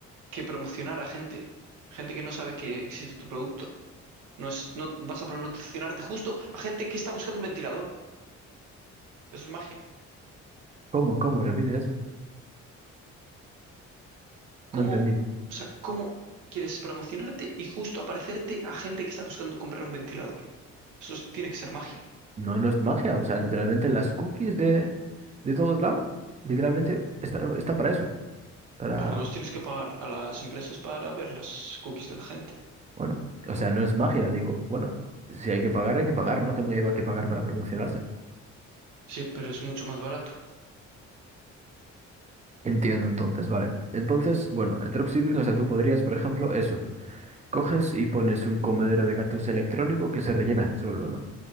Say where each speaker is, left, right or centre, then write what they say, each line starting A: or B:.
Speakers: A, on the right (about 85°); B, on the right (about 25°).
A: que promocionar a gente, gente que no sabe que existe tu producto. No es, no vas a promocionarte justo a gente que está buscando un ventilador. Eso es magia.
B: ¿Cómo? ¿Cómo? Repite eso. No
A: ¿Cómo,
B: entendí.
A: o sea, cómo quieres promocionarte y justo aparecerte a gente que está buscando comprar un ventilador? Eso es- tiene que ser magia.
B: No, no es magia, o sea, literalmente las cookies de, de todos lados, literalmente está, está para eso, para,
A: Pero no los tienes que pagar a las empresas para ver las cookies de la gente.
B: bueno, o sea, no es magia, digo, bueno, si hay que pagar, hay que pagar, ¿no? También hay que pagar para promocionarse.
A: Sí, pero es mucho más barato.
B: Entiendo, entonces, vale. Entonces, bueno, el dropshipping, o sea, tú podrías, por ejemplo, eso, coges y pones un comedero de gatos electrónico que se rellena solo, ¿no?